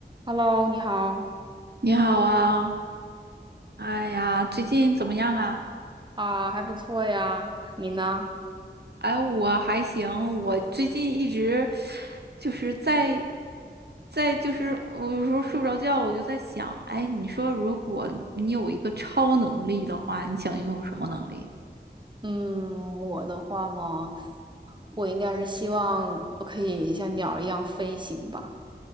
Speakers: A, on the right; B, on the right.
A: Hello，你好
B: 你好啊，哎呀，最近怎么样啊？
A: 啊，还不错呀。你呢？
B: 哎，我还行，我最近一直就是在在就是我有时候睡不着觉，我就在想，哎，你说如果你有一个超能力的话，你想拥有什么能力？
A: 嗯，我的话嘛，我应该是希望我可以像鸟儿一样飞行吧，